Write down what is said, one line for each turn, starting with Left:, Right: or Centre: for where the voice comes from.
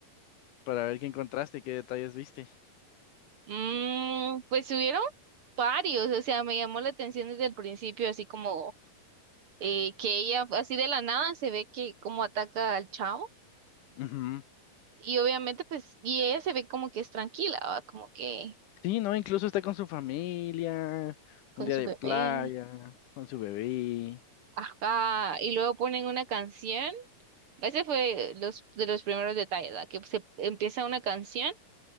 Left: para ver qué encontraste, qué detalles viste.
Right: Mm, pues hubieron varios, o sea, me llamó la atención desde el principio, así como eh, que ella, así de la nada, se ve que como ataca al chavo,
Left: Ujú.
Right: y obviamente, pues, y ella se ve como que es tranquila, ¿va? Como que
Left: Sí, ¿no? Incluso está con su familia,
Right: con
Left: un día
Right: su
Left: de
Right: bebé,
Left: playa, con su bebé.
Right: ajá, y luego ponen una canción, ese fue los, de los primeros detalles, ¿va? Que se empieza una canción